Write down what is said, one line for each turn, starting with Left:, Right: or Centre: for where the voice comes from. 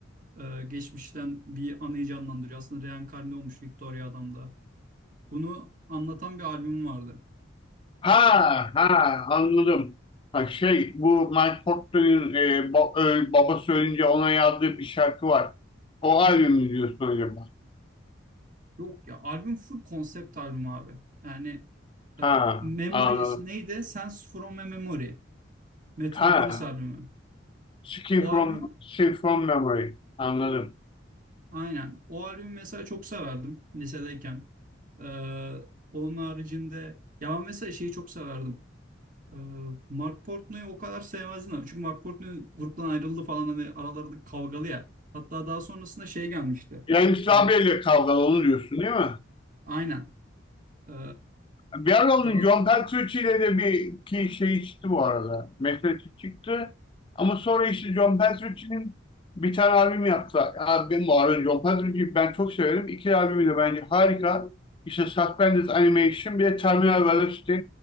Right: Ee, geçmişten bir anıyı canlandırıyor. Aslında reenkarne olmuş Victoria adam da. Bunu anlatan bir albüm vardı.
Left: Ha
Right: Şimdi bak-
Left: ha anladım. Ha şey bu Mike Portnoy'un e, ba- ö- babası ölünce ona yazdığı bir şarkı var. O albümü diyorsun acaba?
Right: Yok ya albüm full konsept albüm abi. Yani e,
Left: Ha
Right: Memory
Left: anladım.
Right: neydi? Sense from a Memory. Metropolis
Left: Ha
Right: albümü.
Left: Skin
Right: O
Left: from
Right: albüm
Left: Skin from Memory anladım.
Right: aynen. O albümü mesela çok severdim lisedeyken. E, onun haricinde ya ben mesela şeyi çok severdim. E, Mark Portnoy'u o kadar sevmezdim ama. Çünkü Mark Portnoy gruptan ayrıldı falan hani araları kavgalı ya. Hatta daha sonrasında şey gelmişti.
Left: James Labrie
Right: E,
Left: ile kavgalı onu diyorsun değil mi?
Right: aynen. E,
Left: Bir ara onun
Right: daha
Left: John Petrucci ile de bir ki şey çıktı bu arada. Meselesi çıktı. Ama sonra işte John Petrucci'nin bir tane albüm yaptı. Ya benim bu arada John Petrucci'yi ben çok severim. İki albümü de bence harika. İşte Suspended Animation bir de Terminal Velocity.